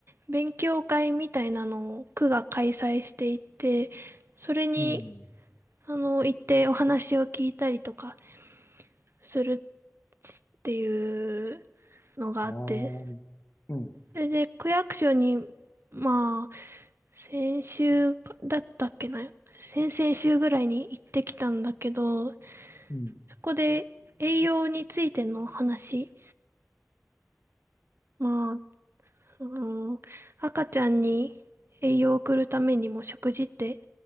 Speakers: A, on the right; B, on the left.
A: 勉強会みたいなのを区が開催していて、それに、
B: うん。
A: あの、行ってお話を聞いたりとかするっていうのがあって、
B: ああ、うん。
A: それで区役所に、まあ、先週かだったっけな、先々週ぐらいに行ってきたんだけど、
B: うん。
A: そこで栄養についての話、まあ、あの、赤ちゃんに栄養を送るためにも食事って